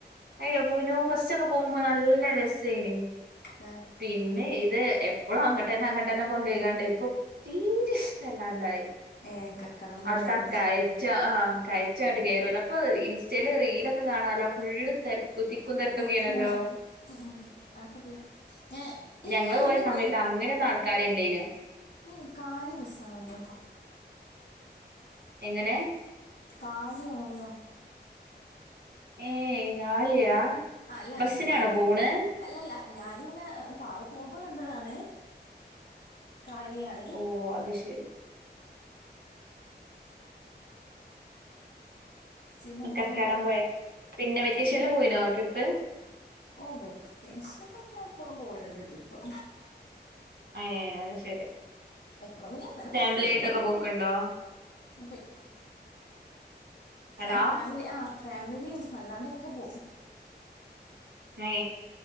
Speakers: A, on the right; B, on the left.
A: അയിനെ പോനോ ബസക്കെ പോകുമ്പോ നല്ല രസായിന്.
B: ആഹ്
A: പിന്നെ ഇത് എപ്പഴും അങ്ങോട്ടന്നെ അങ്ങോട്ടന്നെ കൊണ്ടോയ്കാണ്ട് പ്പ തീരെഷ്ടല്ലാണ്ടായി
B: ഏഹ് കക്കാടം
A: അവടെത്താ
B: പോയിലെങ്ങനെ
A: കായൽ. റ്റാ ആ കയറ്റായിട്ട് കേറുന്ന് അപ്പ ഇൻസ്റ്റയില് റീലൊക്കെ കാണാലോ ഫുള്ള് തെരക്ക് തി ക്കുംതെരക്കൊക്കെയാണല്ലോ.
B: ആ മോളെ ഇപ്പൊ നമ്മളെടുത്തത് ആക്ക പേര ഏ
A: ഞങ്ങള്
B: ഈ
A: പോയ
B: അങ്ങനെ
A: സമയത്ത് അങ്ങനെയൊന്നും ആൾക്കാരില്ലേനു
B: ഏയ് കാലി ബസാണല്ലോ.
A: എങ്ങനെ
B: കാലിയണല്ലോ?
A: ഏ കാലിയാ
B: ആ അല്ല
A: ബസ്സിനാണോ
B: ങ്ങനെ
A: പോണേ
B: അല്ലല്ല. ഞാനിങ്ങനെ കാറി പോമ്പ കണ്ടതാണ് കാലിയാണ്.
A: ഓ അത് ശരി
B: പിന്നെന്താ
A: കച്ചാടം പൊയ പിന്നെ വെക്കേഷനിൽ
B: ഏ,
A: പോയിനോ ട്രിപ്പ്?
B: ഓ വെക്കേഷനൊക്കെ എപ്പളും പോലണ്ട് ട്രിപ്പ്.
A: ഏ അത് ശരി.
B: എപ്പളൊന്നുല്ല എന്നാലും
A: ഫാമിലി
B: എങ്ങനെലും
A: ആയിട്ടൊക്കെ
B: പോം
A: പോക്കുണ്ടോ
B: പോയി
A: ഹലോ
B: ഏ ഫാമിലി ആ ഫാമിലിയും അല്ലാണ്ടൊക്കെ പോം.
A: ഏ